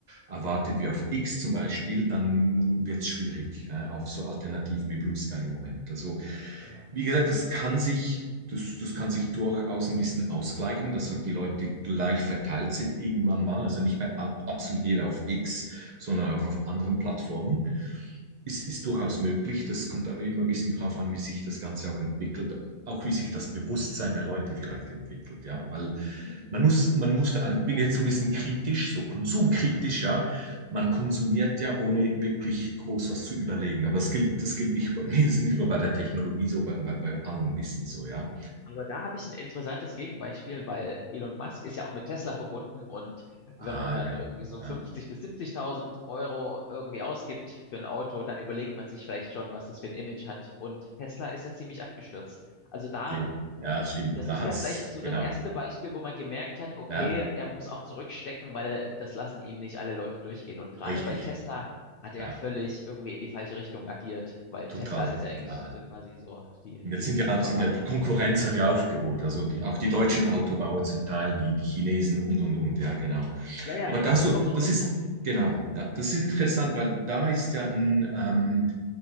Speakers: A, on the right; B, on the left.
A: erwartet wie auf X zum Beispiel, dann wird es schwierig, äh, auf so Alternativen wie Blue Sky im Moment. Also,
B: ja.
A: wie gesagt, das kann sich das, das kann sich durchaus ein bisschen ausgleichen, dass halt die Leute gleich verteilt sind irgendwann mal. Also nicht mehr absolut
B: hm,
A: jeder auf X, sondern auch auf anderen Plattformen. Ist,
B: hm,
A: ist durchaus möglich. Das kommt aber immer ein bisschen darauf an, wie sich das Ganze auch entwickelt, auch wie sich das Bewusstsein der Leute vielleicht entwickelt, ja, weil
B: hm.
A: man muss, man
B: Ich,
A: muss, da, ich bin jetzt so ein bisschen kritisch, so konsumkritisch, ja, man konsumiert
B: hm.
A: ja ohne wirklich groß was zu überlegen, aber das gilt, das gilt nicht, <laughs> nicht nur bei der Technologie so, bei, bei, bei allem ein bisschen so, ja.
B: aber da habe ich ein interessantes Gegenbeispiel, weil Elon Musk ist ja auch mit Tesla verbunden und
A: Ah,
B: wenn man dann
A: genau.
B: irgendwie so
A: Ja,
B: 50 bis 70.000 Euro irgendwie ausgibt für ein Auto, dann überlegt man sich vielleicht schon, was das für ein Image hat. Und Tesla ist ja ziemlich abgestürzt. Also da
A: sehr. Ja, das stimmt.
B: Das
A: Da
B: ist
A: hat's,
B: ja vielleicht so
A: genau.
B: das erste Beispiel, wo man gemerkt hat, okay,
A: Ja,
B: er muss auch zurückstecken, weil das lassen ihm nicht alle Leute durchgehen. Und gerade
A: richtig.
B: bei Tesla hat er
A: Ja,
B: völlig irgendwie in die falsche Richtung agiert, weil
A: total.
B: Tesla ist ja eigentlich
A: Ja.
B: so- quasi so die,
A: Und jetzt
B: die Linksliberale.
A: sind ja, sind ja, die Konkurrenz hat ja aufgeholt. Also die, auch die deutschen Autobauer zum Teil, die, die Chinesen und, und, und. Ja, genau.
B: Ja, ja,
A: Aber
B: das,
A: da
B: das
A: so,
B: kommt noch
A: das
B: dazu.
A: ist, genau, ja, das ist interessant, weil da ist ja ein, ähm,